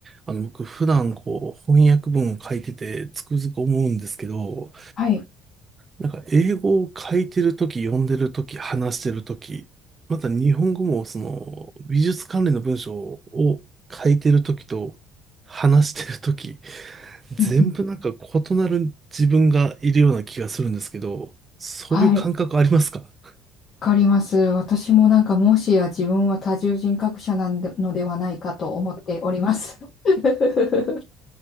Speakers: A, on the right (about 25°); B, on the left (about 45°).
A: あの、僕普段こう翻訳文を書いててつくづく思うんですけど、
B: はい。
A: なんか英語を書いてるとき、読んでるとき、話してるとき、また日本語もその美術関連の文章を書いてるときと話してるとき、全部なんか異なる自分がいるような気がするんですけど、
B: うんうん
A: そういう感覚ありますか
B: はい。わ
A: <laughs>
B: かります。私もなんかもしや自分は多重人格者なんで、のではないかと思っております。<laughs>